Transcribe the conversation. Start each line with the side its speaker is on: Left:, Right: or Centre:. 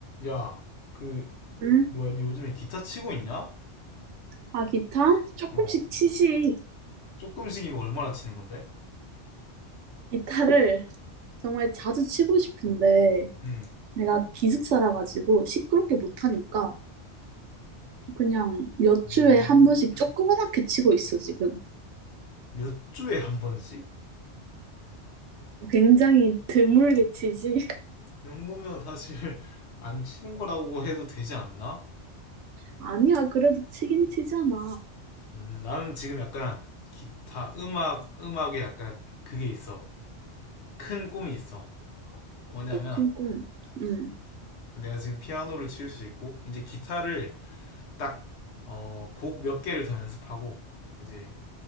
Left: 야, 그,
Right: 음?
Left: 뭐야, 니 요즘에 기타 치고 있냐?
Right: 아, 기타? 조금씩
Left: 어.
Right: 치지.
Left: 조금씩이면 얼마나 치는 건데?
Right: 기타를 정말 자주 치고 싶은데,
Left: 음.
Right: 내가 기숙사라 가지고 시끄럽게 못하니까, 그냥 몇
Left: 음.
Right: 주에 한 번씩 조그맣게 치고 있어, 지금.
Left: 몇 주에 한 번씩?
Right: 굉장히 드물게 치지. <laughs>
Left: 그 정도면 사실 <laughs> 안 치는 거라고 해도 되지 않나?
Right: 아니야, 그래도 치긴 치잖아.
Left: 음, 나는 지금 약간 기타, 음악, 음악에 약간 그게 있어. 큰 꿈이 있어. 뭐냐면,
Right: 오, 큰 꿈. 응
Left: 내가 지금 피아노를 칠 수 있고, 이제 기타를 딱, 어, 곡 몇 개를 더 연습하고, 이제